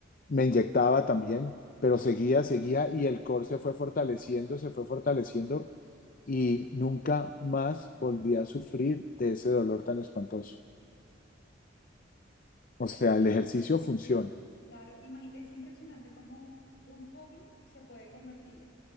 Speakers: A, on the left; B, on the left.
A: me inyectaba también, pero seguía, seguía y el core se fue fortaleciendo, se fue fortaleciendo y nunca más volví a sufrir de ese dolor tan espantoso. O sea, el ejercicio funciona,
B: Claro, imagi- es impresionante cómo un hobby se puede convertir